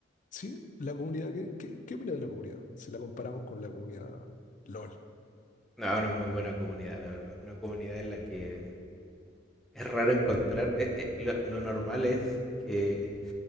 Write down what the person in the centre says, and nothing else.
No, una muy buena comunidad, la verdad. Una comunidad en la que es raro encontrar, eh, eh, lo, lo normal es que